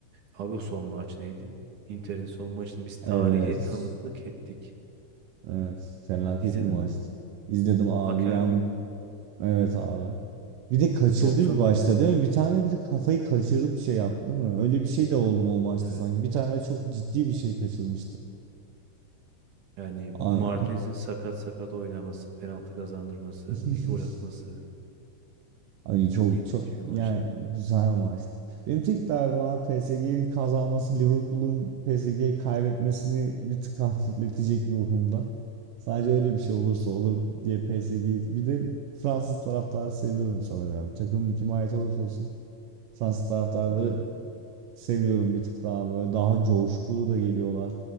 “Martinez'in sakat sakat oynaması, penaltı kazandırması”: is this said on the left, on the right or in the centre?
Right